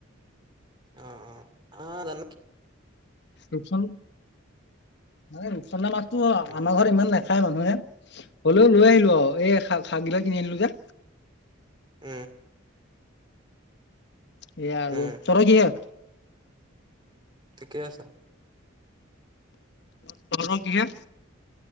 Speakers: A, on the right; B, on the left.
A: অ অ, আ জানো
B: ৰূপচন আৰে ৰূপচন্দা মাছ। অ
A: উম,
B: আমাৰ ঘৰত ইমান নাখায় মানুহে হ'লেও লৈ আহিলো আৰু এই শাক - শাকবিলাক কিনি আনিলো যে।
A: উম।
B: সেয়া আৰু
A: উম,
B: তহঁতৰ কিহে?
A: ঠিকে আছা
B: অ তহঁতৰ কিহে